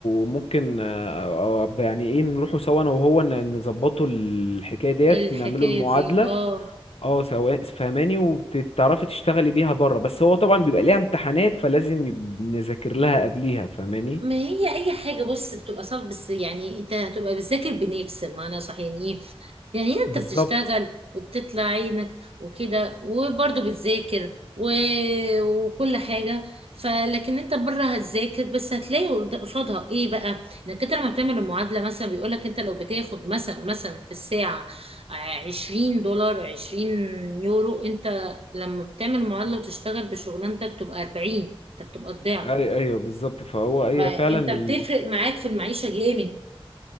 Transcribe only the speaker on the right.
الحكاية
دي اه
ما هي اي حاجة بص بتبقى صعبة بس يعني انت هتبقى بتذاكر بنفس المعنى صح يعني ايه يعني انت
بتشتغل وبتطلع عينك وكده وبرضه بتذاكر و... وكل حاجة فلكن انت بره هتذاكر بس هتلاقي قد- قصادها ايه بقى انك انت لما بتعمل المعادلة مثلا بيقولك انت لو بتاخد مثلا مثلا في الساعة عشرين دولار عشرين يورو انت لما بتعمل معادلة وتشتغل بشغلانتك تبقى أربعين انت بتبقى الضعف
فانت
بتفرق
معاك في المعيشة جامد